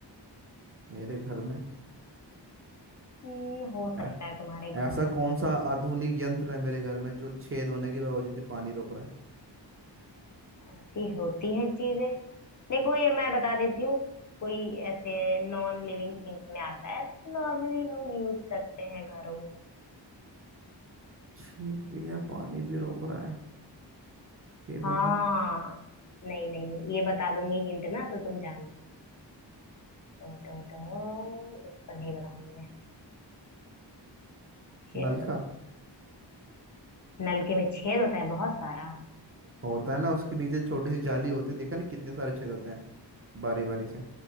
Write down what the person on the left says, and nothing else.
हम्म, हो सकता
है तुम्हारे घर
में
हो
ऐसी होती है चीजें देखो ये मैं बता देती हूँ कोई ऐसे नॉन लिविंग थिंग्स में आता है नॉर्मली लोग यूज करते हैं घरों में
हाँ
नहीं नहीं नहीं ये बता दूंगी हिंट ना तो तुम जान लो। तो तो तो इसको नहीं बताऊंगी मैं चलो
नलके में छेद होता है बहुत सारा